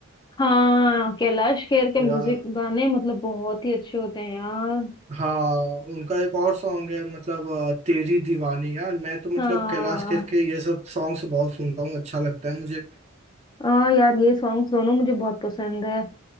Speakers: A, on the left (about 20°); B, on the right (about 30°).
A: हाँ कैलाश खेर के
B: या
A: म्यूजिक गाने मतलब बहुत ही अच्छे होते हैं यार
B: हाँ उनका एक और सॉन्ग है मतलब अ, तेरी दीवानी यार मैं तो मतलब
A: हाँ
B: कैलाश खेर के ये सब सॉन्ग्स बहुत सुनता हूँ अच्छा लगता है मुझे
A: हाँ यार ये सॉन्ग्स दोनों मुझे बहुत पसंद है